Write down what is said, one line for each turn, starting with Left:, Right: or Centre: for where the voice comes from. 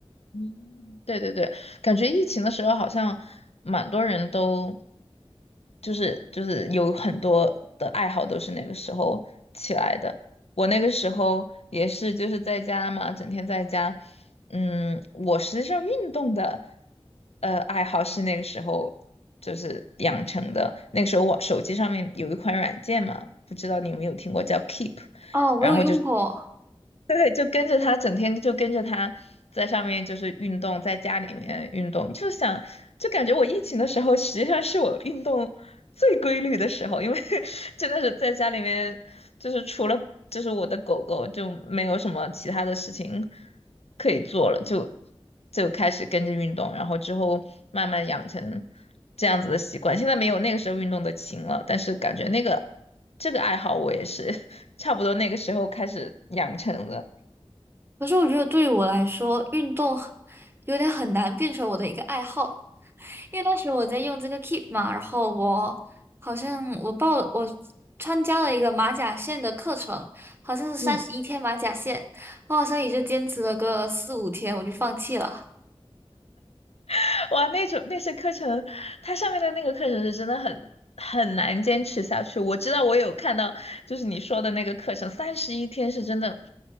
Left: 嗯，对对对，感觉疫情的时候好像蛮多人都就是就是有很多的爱好都是那个时候起来的。我那个时候也是就是在家嘛，整天在家。嗯，我实际上运动的呃爱好是那个时候就是养成的。那个时候我手机上面有一款软件嘛，不知道你有没有听过叫 Keep，
Right: 哦，我有用过，
Left: 然后就对，就跟着他，整天就跟着他在上面就是运动，在家里面运动，就想就感觉我疫情的时候，实际上是我运动最规律的时候，因为 <laughs> 真的是在家里面，就是除了就是我的狗狗，就没有什么其他的事情可以做了，就就开始跟着运动，然后之后慢慢养成这样子的习惯。现在没有那个时候运动的勤了，但是感觉那个。这个爱好我也是 <laughs> 差不多那个时候开始养成的。
Right: 可是我觉得对于我来说，运动 <laughs> 有点很难变成我的一个爱好，因为当时我在用这个 Keep 嘛，然后我好像我报了，我参加了一个马甲线的课程，好像是三十一天马甲线，
Left: 嗯，
Right: 我好像也就坚持了个四五天，我就放弃了。
Left: <laughs> 哇，那种那些课程，它上面的那个课程是真的很很难坚持下去。我知道我有看到，就是你说的那个课程，三十一天是真的，